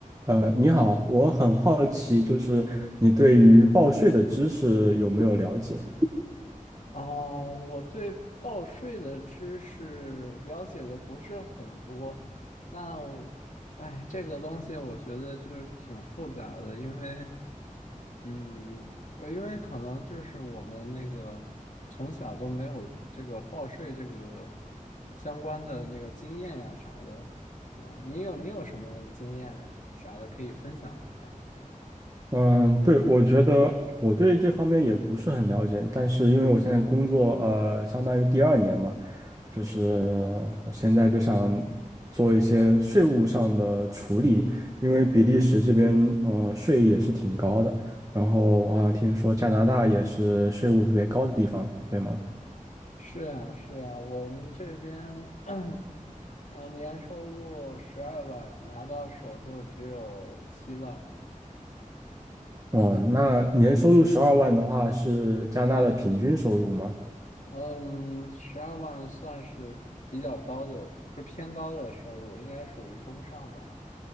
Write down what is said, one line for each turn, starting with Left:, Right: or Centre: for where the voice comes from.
Right: 呃，你好，我很好奇，就是你对于报税的知识有没有了解？
Left: 哦，我对报税的知识了解的不是很多，那，我，哎，这个东西我觉得就是挺复杂的，因为，嗯，呃因为可能就是我们那个从小都没有这个报税这个相关的那个经验呀啥的，对吧？你有你有什么经验啥的可以分享一下吗？
Right: 嗯，对，我觉得我对这方面也不是很了解，但是因为我现在工作，呃，相当于第二年嘛，就是现在就想做一些税务上的处理，因为比利时这边，呃，税也是挺高的，然后我好像听说加拿大也是税务特别高的地方，对吗？
Left: 是呀，是呀，我们这边 <clears throat> 嗯，年收入十二万，拿到手就只有七万。
Right: 哦，那年收入十二万的话是加拿大的平均收入吗？
Left: 嗯，十二万算是比较高的，就偏高的收入，应该属于中上吧。